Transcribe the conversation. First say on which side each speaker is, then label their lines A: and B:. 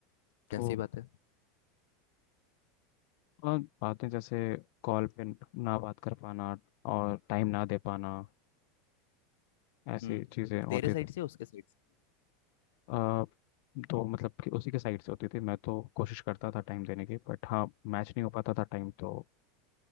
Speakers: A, on the left; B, on the left.
A: तो
B: जैसी बात है
A: और बातें जैसे कॉल पे ना बात कर पाना और टाइम ना दे पाना ऐसी
B: हम्म
A: चीज़ें होती
B: तेरे साइड
A: थी
B: से उसके साइड से
A: आ, तो मतलब कि उसी के साइड से होती थी मैं तो कोशिश करता था टाइम देने की बट हाँ मैच नहीं हो पाता था टाइम तो